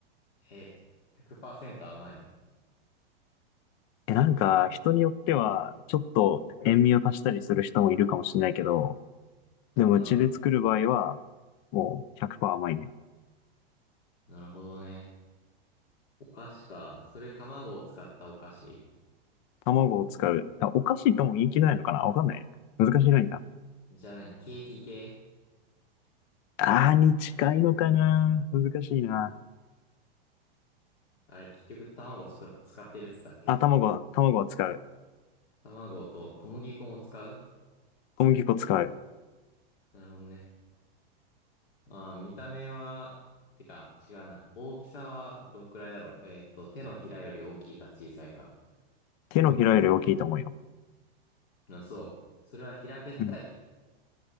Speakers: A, on the left; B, on the left.
A: え、100%甘い
B: え、なんか、人によっては、ちょっと塩味を足したりする人もいるかもしれないけど、でもうちで作る場合は、
A: あ
B: もう100%甘いね。
A: あ、なるほどね。お菓子か。それ卵を使ったお菓子
B: 卵を使う。あおかしいとも言い切れないのかなわかんないね。難しいラインだ。
A: じゃあ何ケーキ系
B: あーに近いのかな難しいな。
A: あれ、結局卵使、使ってるっつったっけ
B: あ、卵は、卵を使う。
A: 卵と小麦粉も使う
B: 小麦粉を使う。
A: なるほどね。ああ、見た目は、てか、違うな。大きさはどんくらいだろう。えっと、手のひらより大きいか小さいか。
B: 手のひらより大きいと思うよ。
A: あ、そう。それは平べったい。
B: うん。